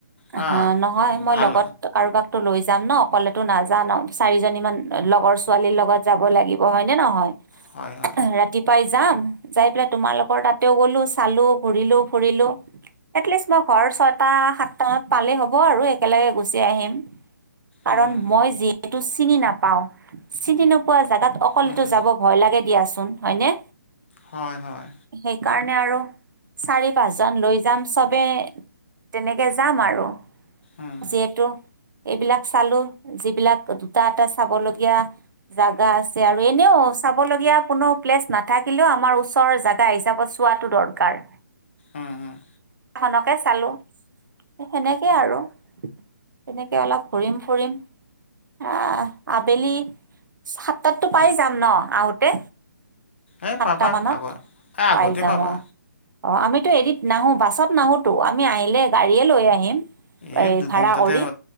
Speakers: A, on the left; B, on the right.
A: হা
B: হ নহয় মই
A: ভাল
B: লগত কাৰোবাকতো লৈ যাম ন অকলেতো নাজান চাৰিজনীমান লগৰ ছোৱালীৰ লগত যাব লাগিব হয় নে নহয়?
A: হয় হয়
B: ৰাতিৱ পাই যাম যাই পেলাই তোমালোকৰ তাতেও গ'লো চালো ঘূৰিলো ফুৰিলো। এটলিষ্ট মই ঘৰ ছয়টা সাত টা পালেই হ'ব আৰু একেলগে গুচি আহিম, কাৰণ
A: উম,
B: মই যিহেতু চিনি নাপ পাওঁ, চিনি নোপোৱা জেগাত অকলেতো
A: উম,
B: যাব ভয় লাগেদিয়াচোন, হয়নে?
A: হয়, হয়।
B: সেইকাৰণে আৰু চাৰি পাঁচজন লৈ যাম। চবে- তেনেকে যাম আৰু
A: উম,
B: যিহেতু- এইবিলাক চালো, যিবিলাক দুটা- এটা চাবলগীয়া- জাগা আছে আৰু এনেও চাবলগীয়া কোনো প্লেচ নাথাকিলেও আমাৰ ওচৰ জাগা হিচাপত- চোৱাটো দৰকাৰ।
A: উম, উম।
B: খনকে চালোঁ। সেনেকেই আৰু, তেনেকে অলপ ঘুৰিম ফুৰিম। আহ, আবেলি সাতটাততো পাই যাম ন আহোতে?
A: এই
B: সাতটা
A: পাবা
B: মানত
A: আগ এই আগতে
B: পাই যাম,
A: পাবা
B: অঁ। অঁ, আমিতো এৰিত নাহো, বাছত নাহোতো আমি আহিলে গাড়ীয়ে লৈ আহিম।
A: এই দুঘণ্টাতে,
B: ভাড়া কৰি